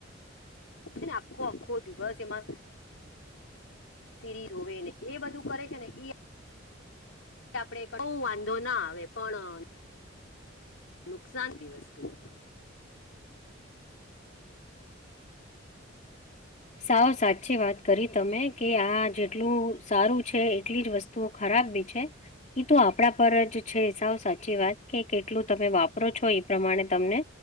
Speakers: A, on the left; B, on the left.
A: છે ને આખો આખો દિવસ એમાં સિરી હોવે ને એ બધું કરે છે ને એ આપણે બ વાંધો ના આવે પણ. નુકસાન થી વસ્તુ હોય.
B: સાવ સાચી વાત કરી તમે કે આ જેટલું સારું છે એટલી જ વસ્તુ. તો ખરાબ બી છે. એ તો આપણા પર જ છે સાવ સાચી વાત કે કેટલું તમે વાપરો છો એ પ્રમાણે તમને